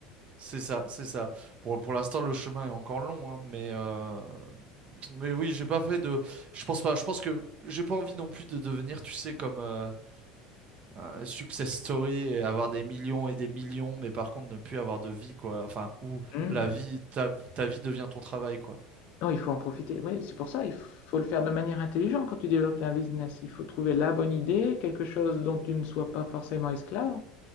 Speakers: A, on the right (about 40°); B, on the left (about 60°).
A: c'est ça, c'est ça. Pour, pour l'instant, le chemin est encore long, hein, mais, euh, mais oui, j'ai pas fait de. Je pense pas, je pense que j'ai pas envie non plus de devenir, tu sais, comme euh, un success story et avoir des millions et des millions, mais par contre ne plus avoir de vie, quoi. Enfin, où
B: Hmm.
A: la vie, ta, ta vie devient ton travail, quoi.
B: Non, il faut en profiter. Oui, c'est pour ça, il faut le faire de manière intelligente quand tu développes un business. Il faut trouver la bonne idée, quelque chose dont tu ne sois pas forcément esclave.